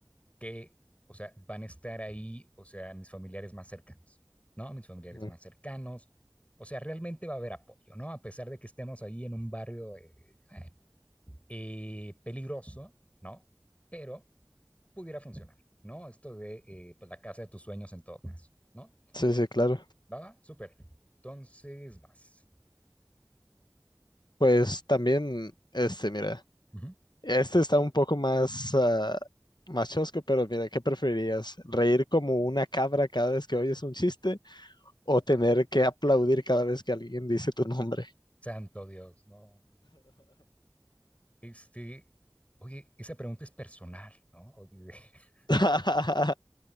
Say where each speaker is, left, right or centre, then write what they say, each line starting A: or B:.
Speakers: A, on the left; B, on the left.
A: que, o sea, van a estar ahí, o sea, mis familiares más cercanos, ¿no? Mis familiares
B: Ujú.
A: más cercanos. O sea, realmente va a haber apoyo, ¿no? A pesar de que estemos ahí en un barrio eh, bueno, eh, peligroso, ¿no? Pero pudiera funcionar, ¿no? Esto de eh, pues, la casa de tus sueños en todo caso, ¿no?
B: Sí, sí, claro.
A: ¿Va? Súper. Entonces vas.
B: Pues también, este, mira.
A: Ujú.
B: Este está un poco más, ah, más chosco, pero mira, ¿qué preferirías? ¿Reír como una cabra cada vez que oyes un chiste o tener que aplaudir cada vez que alguien dice tu nombre?
A: Santo Dios, ¿no? Este, oye, esa pregunta es personal, ¿no? Oye, de- <laughs>
B: <laughs>